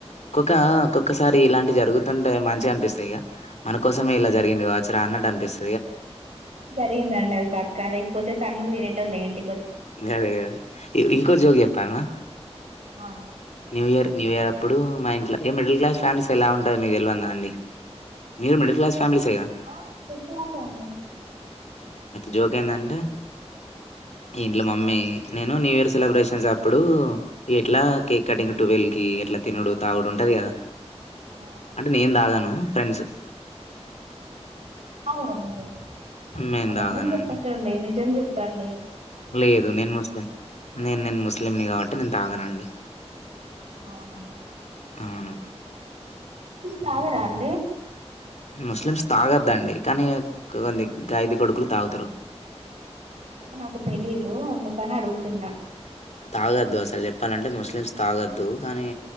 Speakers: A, on the left; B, on the right.
A: ఒక్కొక్క ఒక్కొక్కసారి ఇలాంటి జరుగుతుంటే మంచిగా అనిపిస్తాయిగా మన కోసమే ఇలా జరిగింది వా రాన్నట్ అనిపిస్
B: జరిగిందండి అది పక్కా లేకపోతే తన్నుళ్లు తినటోలు ఏంటి
A: అదే అదే ఇంకో జోక్ చెప్పాలనా
B: ఆ
A: న్యూ ఇయర్ న్యూ ఇయర్ అప్పుడు మా ఇంట్లో మిడిల్ క్లాస్ ఫ్యామిలీస్ ఎలా ఉంటాయో మీకు తెల్వందా అండి మీరు మిడిల్ క్లాస్ ఫ్యామిలీసేగా.
B: ఆ మిడిల్ క్లాసే అండి
A: జోక్ ఏందంటే ఇంట్లో మమ్మీ నేను న్యూ ఇయర్ సెలబ్రేషన్స్ అప్పుడు ఎట్లా కేక్ కటింగ్ టువెల్వ్ కి ఎట్లా తినడు తాగుడు ఉంటది కదా
B: ఆ
A: అంటే నేను దాగను ఫ్రెండ్స్
B: తాగరా మీరు
A: నేను
B: అబద్ధం
A: తాగనండి.
B: చెప్పకండి నిజం చెప్ పండి
A: లేదు నేను ముస్లిం నేను నేను ముస్లింని కాబట్టి తాగనండి
B: అవునా
A: అవును
B: తాగారా అండి
A: ముస్లిమ్స్ తాగద్దండి కానీ కొది గాయిదు కొడుకులు తాగుతారు
B: అంటే నాకు తెలీదు అందుకని అడుగుతున్నా
A: తాగద్దు అసలు చెప్పాలంటే ముస్లిమ్స్ తాగద్దు కానీ